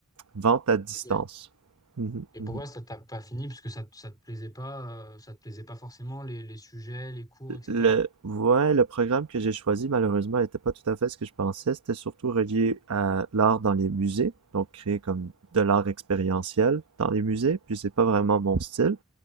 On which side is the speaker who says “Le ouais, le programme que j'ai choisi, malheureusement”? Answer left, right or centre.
Right